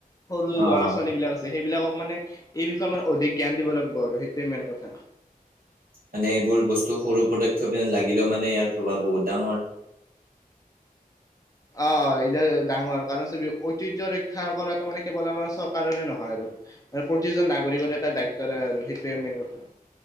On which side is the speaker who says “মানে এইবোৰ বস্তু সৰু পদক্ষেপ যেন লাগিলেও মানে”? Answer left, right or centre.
Right